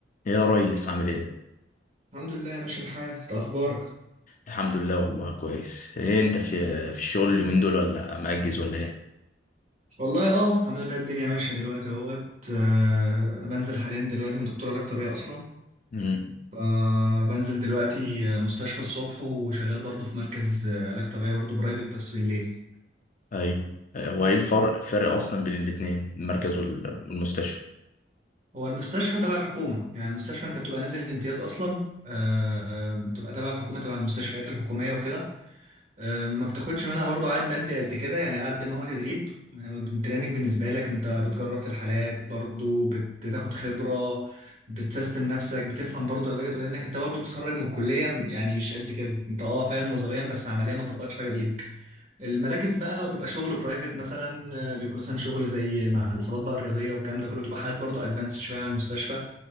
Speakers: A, on the left (about 45°); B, on the right (about 45°).
A: يا ريس عامل ايه؟
B: الحمد لله ماشي الحال انت اخبارك
A: الحمد لله والله كويس ايه انت في في الشغل اليومين دول ولا مأجز ولا ايه؟
B: والله اه الحمد لله الدنيا ماشيه دلوقتي اهوت آه، بنزل حاليا دلوقتي انا دكتور علاج طبيعي اصلا
A: امم
B: فبنزل دلوقتي آه، مستشفى الصبح وشغال برضو في مركز آه، علاج طبيعي برضو برايفت بس بالليل
A: ايوه آه، هو ايه الفرق فرق اصلا بين الاتنين المركز وال- والمستشفى
B: هو المستشفى تبع الحكومه يعني المستشفى انت بتبقى نازل امتياز اصلا آه، آه، بتبقى تبع الحكومه تبع المستشفيات الحكوميه وكده آه، ما بتاخدش منها برضو عائد مادي قد كده يعني قد ما هو تدريب يعني هو التريننج بالنسبة لك انت بتجرب في الحالات برضو بتاخد خبرة بتسيستم نفسك بتفهم برضو العلاج الطبيعي لانك انت برضو بتتخرج من الكلية يعني مش قد كده انت اه فاهم نظريا بس عمليا ما طبقتش حاجة بإيدك المراكز بقى بيبقى شغل برايفت مثلا آه، بيبقى مثلا شغل زي مع الاصابات بقى الرياضية والكلام ده كله تبقى حالات برضو ادفانسد شوية عن المستشفى